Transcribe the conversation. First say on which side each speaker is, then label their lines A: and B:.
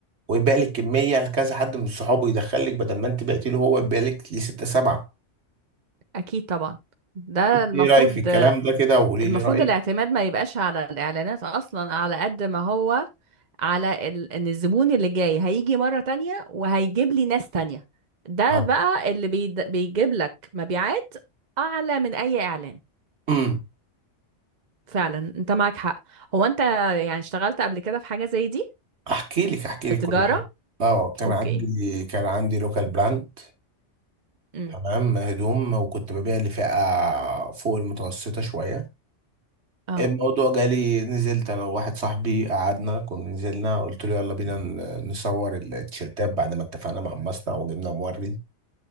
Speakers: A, on the right; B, on the right.
A: ويبقى لك كميه لكذا حد من صحابه يدخلك بدل ما انت بعتي له هو يبقى لك لسته سبعه
B: اكيد طبعا ده
A: انت
B: المفروض
A: ايه رايك في الكلام ده كده وقولي
B: المفروض
A: لي رايك
B: الاعتماد ما يبقاش على الإعلانات أصلا على قد ما هو على ال... إن الزبون اللي جاي هيجي مرة تانية وهيجيب لي ناس تانية ده
A: اه.
B: بقى اللي بي... بيجيب لك مبيعات أعلى من أي إعلان
A: امم
B: فعلا أنت معك حق هو أنت يعني اشتغلت قبل كده في حاجة زي دي
A: احكي لك احكي
B: بالتجارة
A: لك كل حاجه اه كان
B: أوكي
A: عندي كان عندي لوكال براند
B: امم
A: تمام هدوم وكنت ببيع لفئه فوق المتوسطه شويه
B: اه
A: الموضوع جالي نزلت انا وواحد صاحبي قعدنا كنا نزلنا قلت له يلا بينا ن- نصور التيشيرتات بعد ما اتفقنا مع المصنع وجبنا مورد